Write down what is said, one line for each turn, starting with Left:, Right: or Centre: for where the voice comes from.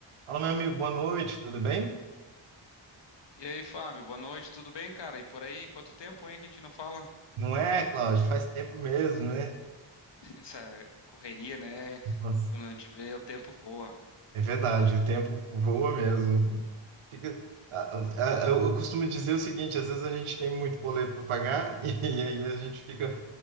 Right: Fala, meu amigo, boa noite, tudo bem?
Left: E aí, Fábio, boa noite, tudo bem, cara? E por aí, quanto tempo, hein, que a gente não fala?
Right: Não é, Cláudio? Faz tempo mesmo, né?
Left: <laughs> Essa correria, né?
Right: Nossa.
Left: Quando a gente vê, o tempo voa.
Right: É verdade, o tempo voa mesmo. Fica- a- a- a- eu costumo dizer o seguinte: às vezes a gente tem muito boleto para pagar <laughs> e, aí a gente fica